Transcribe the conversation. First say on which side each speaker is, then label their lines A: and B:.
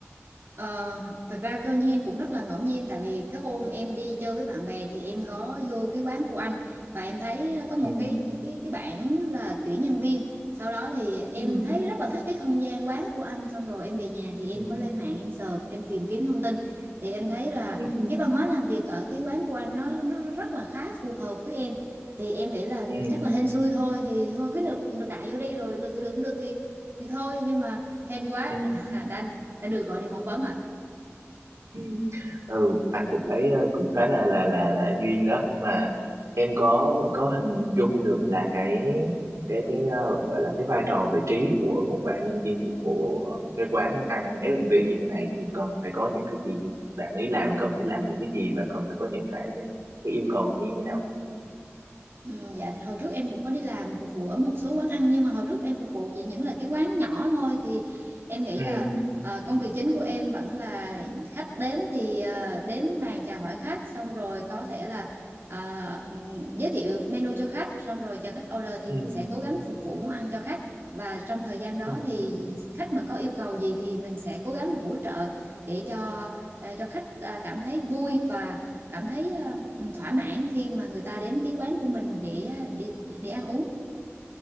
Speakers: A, on the right (about 50°); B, on the right (about 80°).
A: Ờ, thật ra cơ duyên cũng rất là ngẫu nhiên tại vì cái hôm em đi chơi với bạn bè thì em có vô cái quán của anh và em thấy có một
B: Ừ.
A: cái cái cái, cái bảng là tuyển nhân viên sau đó thì em
B: ừ
A: thấy rất là thích cái không gian quán của anh xong rồi em về nhà thì
B: Ừ.
A: em có lên mạng em search em tìm kiếm thông tin thì em thấy là
B: ừ
A: cái văn hóa làm việc ở cái quán của anh nó nó rất là khá phù hợp với em thì em nghĩ là
B: Ừ.
A: chắc là hên xui thôi thì thôi cứ nộp nộp đại vô đi rồi được thì được không được thì thì thôi nhưng mà hên quá
B: Ừ.
A: là <laughs> đã đã được gọi đi phỏng vấn ạ
B: Ừ. ừ anh cũng thấy ờ, cũng khá là là là là duyên đó mà em có có hình dung được là cái cái cái ờ, gọi là cái vai trò vị trí của một bạn nhân viên phục vụ ở một cái quán ăn F&B như thế này thì cần phải có những cái gì bạn ấy làm cần phải làm những cái gì và cần phải có những cái cái, cái yêu cầu như thế nào
A: ừ, dạ thì hồi trước em cũng có đi làm phục vụ ở một số quán ăn nhưng mà hồi trước em phục vụ chỉ những là cái quán nhỏ thôi thì em nghĩ
B: ừ
A: là ờ, công việc chính của em vẫn là khách đến thì ờ, đến bàn chào hỏi khách xong rồi có thể là ờ, ừm, giới thiệu menu cho khách xong rồi chờ khách order thì
B: ừ,
A: mình sẽ cố gắng phục vụ món ăn cho khách và trong thời gian đó
B: ừ.
A: thì khách mà có yêu cầu gì thì mình sẽ cố gắng hỗ trợ để cho ờ, cho khách ờ, cảm thấy vui và cảm thấy ờ, thỏa mãn khi mà người ta đến cái quán của mình để để để ăn uống